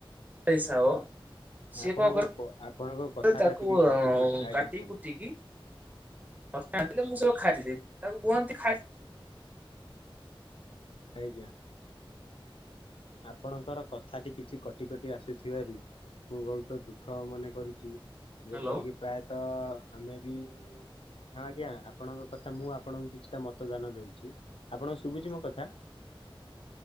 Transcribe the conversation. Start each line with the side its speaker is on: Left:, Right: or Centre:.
Right: ହିସାବ। ସିଏ
Left: ଆପଣଙ୍କ
Right: କଣ
Left: କ ଆପଣଙ୍କ କଥା
Right: ତାକୁ
Left: ଟା ଟିକେ କଟି
Right: ଆଁ
Left: କଟି ଆଜ୍ଞା
Right: କାଟି
Left: କୁହନ୍ତୁ
Right: କୁଟିକି ହ ତାଲେ ମୁଁ ସବୁ ଖାଇଥିଲି ତାଙ୍କୁ କୁହନ୍ତି ଖାଇ
Left: ଆଜ୍ଞା। ଆପଣଙ୍କର କଥାଟି କିଛି କଟି କଟି ଆସୁଥିବାରୁ ମୁଁ ବହୁତ ଦୁଃଖ ମନେ କରୁଛି।
Right: ହ୍ୟାଲୋ
Left: ଯେପରିକି ପ୍ରାୟତଃ ଆମେ ବି ହଁ ଆଜ୍ଞା ଆପଣଙ୍କ କଥା ମୁଁ ଆପଣଙ୍କୁ କିଛିଟା ମତଦାନ ଦଉଛି ଆପଣଙ୍କୁ ଶୁଭୁଛି ମୋ କଥା